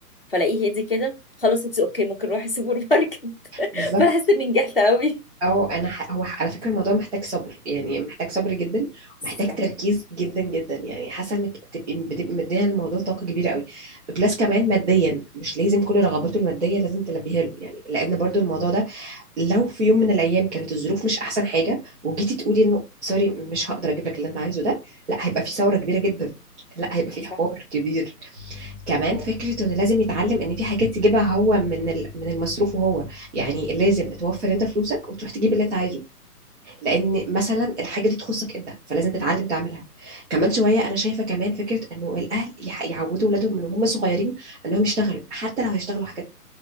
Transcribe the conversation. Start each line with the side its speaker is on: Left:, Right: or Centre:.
Left: فلاقيه هادي كده خلاص اتس اوكي ممكن نروح السوبر ماركت <laughs>
Right: بالظبط
Left: فاحس اني نجحت قوي
Right: او انا ح... هو ح- على فكره الموضوع محتاج صبر يعني محتاج صبر جدا
Left: صح
Right: ومحتاج تركيز جدا جدا يعني حاسه انك تبقي بت- مديه للموضوع طاقه كبيره قوي بلس كمان ماديا مش لازم كل رغباته الماديه لازم تلبيها له يعني لان برضو الموضوع ده لو في يوم من الايام كانت الظروف مش احسن حاجه وجيتي تقولي انه سوري مش هقدر اجيب لك اللي انت عايزه ده لا هيبقى في ثوره كبيره جدا لا هيبقى في
Left: صح
Right: حوار كبير كمان
Left: اه
Right: فكره انه لازم يتعلم ان في حاجات يجيبها هو من ال... من المصروف وهو يعني لازم توفر انت فلوسك وتروح تجيب اللي انت عايزه لان مثلا الحاجه دي تخصك انت فلازم تتعلم تعملها كمان شويه انا شايفه كمان فكره انه الاهل يح- يعودوا اولادهم من هم صغيرين انهم يشتغلوا حتى لو هيشتغلوا حاجات